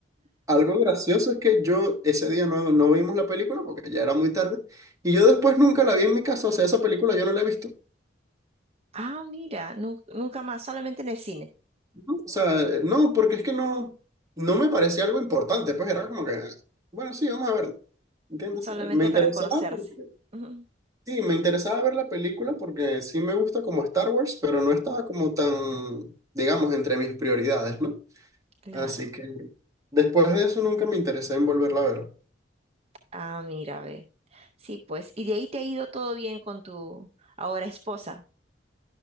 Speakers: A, on the right; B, on the right.
A: Algo gracioso es que yo ese día no, no vimos la película porque ya era muy tarde. Y yo después nunca la vi en mi casa. O sea, esa película yo no la he visto.
B: Ah, mira, nu- nunca más, solamente en el cine,
A: O sea, no, porque es que no, no me parecía algo importante. Pues era como que, bueno, sí, vamos a verla. ¿Entiendes?
B: solamente
A: Me interesaba
B: para conocerse.
A: porque
B: Ujú,
A: Sí, me interesaba ver la película porque sí me gusta como Star Wars, pero no estaba como tan, digamos, entre mis prioridades, ¿no?
B: Claro.
A: Así que después de eso nunca me interesé en volverla a ver.
B: Ah, mira, ve. Sí, pues, y de ahí te ha ido todo bien con tu ahora esposa.